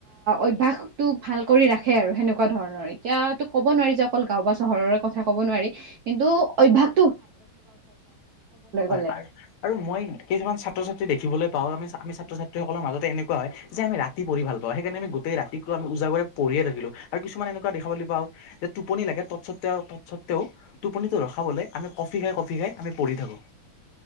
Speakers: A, on the right (about 75°); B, on the left (about 75°).
A: অভ্যাসটো ভাল কৰি ৰাখ সেই আৰু সেনেকুৱা ধৰণৰ এতিয়াতো ক'ব নোৱাৰি যে অকল গাঁও বা চহৰৰ কথা ক'ব নোৱাৰি কিন্তু অভ্যাস
B: হয়
A: গ'লে
B: আৰু আৰু মই কিছুমান ছাত্ৰ ছাত্ৰী দেখিবলৈ পাও আমি ছাত ছাত্ৰীসকলৰ মাজতে এনেকুৱা হয় যে আমি ৰাতি পঢ়ি ভাল পাওঁ সেইকাৰণে আমি গোটেই ৰাতিটো আমি উজাগৰে পঢ়ি - শুয়ে থাকিলো আৰু কিছুমান এনেকোৱা দেখাবলৈ পাও যে টোপনি লাগে তৎসত্ত্বেও তৎস্বত্ত্বেও টোপনিটো ৰখাবলৈ আমি কফি খাই কফি খাই আমি পঢ়ি থাকো